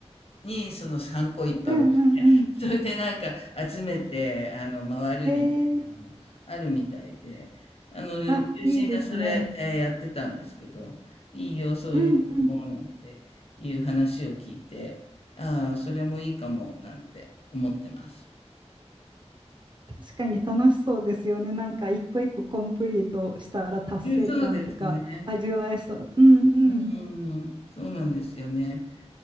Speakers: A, on the left; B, on the right.
A: にそのハンコいっぱい
B: うん。うんうんうん。
A: それでなんか集めて、あの、回るみたいなのもあるみたいで、
B: えー、
A: あの、友人がそれ、
B: あ、いいですね。
A: えーやってたんですけど、いいよ、そういうのも、
B: うんうん
A: なんていう話を聞いて、ああ、それもいいかも、なんて思ってます。
B: 確かに楽しそうですよね。なんか一個一個コンプリートしたら達成感とか味わえそう。
A: うんそうですね。
B: うんうん
A: うん、そうなんですよね。